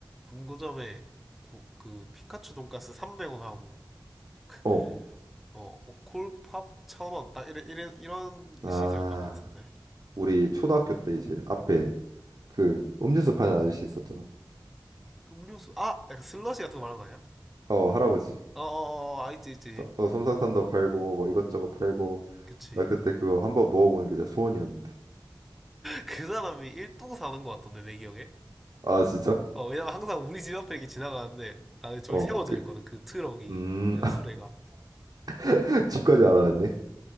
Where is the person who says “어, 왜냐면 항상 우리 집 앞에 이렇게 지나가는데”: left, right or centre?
Centre